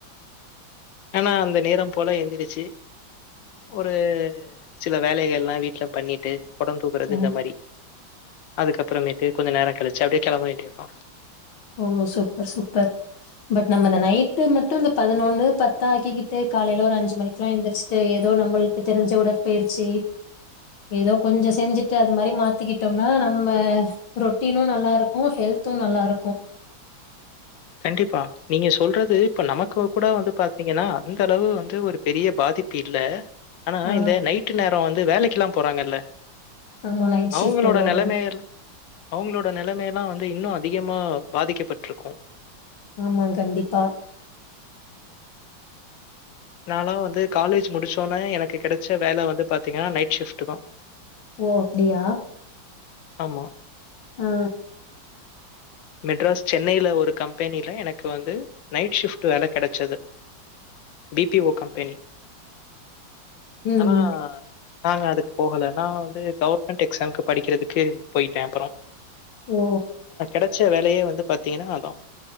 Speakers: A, on the left; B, on the left.
A: ஆனா அந்த நேரம் போல எந்திரிச்சி ஒரு சில வேலைகள்லா வீட்ல பண்ணிட்டு கொடம் தூக்கறது
B: ஆ
A: இந்த மாரி அதுக்கப்புறமேட்டு கொஞ்ச நேரோ கழிச்சு அப்டியே கெளம்ப வேண்டியதுதா
B: ஓ சூப்பர் சூப்பர் பட் நம்ம இந்த நைட்டு மட்டு இந்த பதினொன்னு பத்தா ஆக்கிக்கிட்டு காலைல ஒரு அஞ்சு மணிக்கெல்லா எந்திரச்சுட்டு ஏதோ நம்மளுக்கு தெரிஞ்ச உடற்பயிற்சி ஏதோ கொஞ்ச செஞ்சுட்டு அது மாரி மாத்திக்கிட்டோம்னா நம்ம ரொட்டீனு நல்லா இருக்கு ஹெல்த்து நல்லா இருக்கு
A: கண்டிப்பா நீங்க சொல்றது இப்ப நம க்கு கூட வந்து பாத்தீங்கன்னா அந்த அளவு வந்து ஒரு பெரிய பாதிப்பு இல்ல ஆனா
B: ஆ
A: இந்த நைட்டு நேரோ வந்து வேலைக் கெல்லா போறாங்கல்ல
B: ஆமா நைட் ஷிஃப்ட்
A: அவங்களோட
B: உள்ளவங்களா
A: நெலமையெல் அவங்களோட நெலமே ஆனா வந்து இன்னு அதிகமா பாதிக்கப்பட்டிருக்கு
B: ஆமா கண்டிப்பா
A: நால்லா வந்து காலேஜ் முடிச்சோன்னே எனக்கு கெடைச்ச வேல வந்து பாத்தீங்கன்னா நைட் ஷிஃப்ட்டுதா
B: ஓ அப்டியா
A: ஆமா.
B: ஆ
A: மெட்ராஸ் சென்னைல ஒரு கம்பெனில எனக் கு வந்து நைட் ஷிஃப்ட் டு வேல கெடச்சது பி டி ஓ கம்பெனி
B: ம்
A: ஆனா நாங்க அதுக் போகல நா வந்து கவர்மெண்ட் எக்ஸாம்க்கு படிக்றதுக்கு போய்ட்ட அப்றோ
B: ஓ
A: கெடச்ச வேலயே வந்து பாத்தீங்கனா அதா